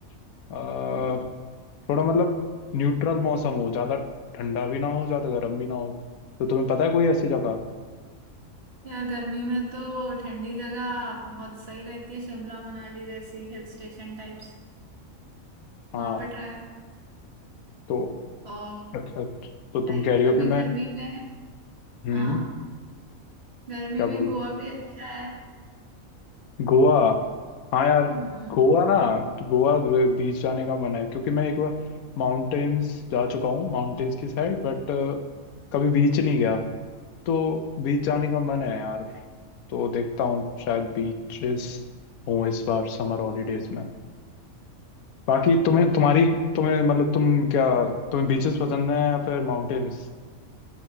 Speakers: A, on the left; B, on the right.
A: आ, थोड़ा मतलब न्यूट्रल मौसम हो ज़्यादा ठंडा भी ना हो ज़्यादा गर्म भी ना हो तो तुम्हें पता है कोई ऐसी जगह
B: यार गर्मी में तो ठंडी जगह बहुत सही रहती है शिमला मनाली जैसी हिल स्टेशन टाइप्स
A: हाँ
B: वहां पे ट्राई
A: तो
B: और
A: अच्छा तो तुम
B: लाइक
A: कह रही हो
B: अभी
A: कि
B: गर्मी
A: मैं
B: में
A: हम्म
B: हाँ गर्मी
A: क्या
B: में
A: बोल
B: गोवा
A: रहे हो?
B: भी अच्छा है
A: गोवा हाँ यार
B: हम्म
A: गोवा ना तो गोवा बीच जाने का मन है क्योंकि मैं एक बार माउंटेन्स जा चुका हूँ माउंटेन्स की साइड बट कभी बीच नहीं गया तो बीच जाने का मन है यार तो देखता हूँ शायद बीचेस हूँ इस बार समर हॉलीडेज में बाकी तुम्हें तुम्हारी तुम्हें मतलब तुम क्या तुम्हें बीचेस पसंद है या फिर माउंटेन्स